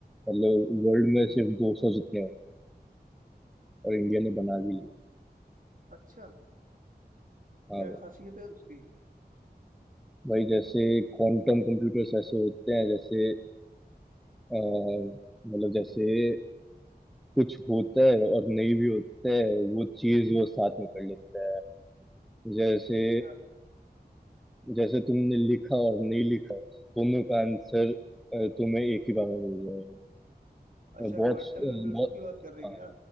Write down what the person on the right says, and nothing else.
अच्छा
क्या
खासियत है उसकी
अच्छा
अच्छा
क्वांटम कंप्यूटिंग
की बात कर रहे
हैं क्या